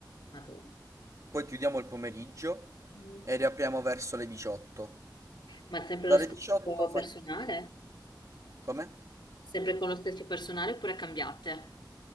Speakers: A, on the left (about 80°); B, on the right (about 45°).
A: Madonna.
B: poi chiudiamo il pomeriggio
A: Mm.
B: e riapriamo verso le 18.
A: Ma sempre
B: Dalle
A: lo stesso
B: 18 fa...
A: personale?
B: Come?
A: Sempre con lo stesso personale oppure cambiate?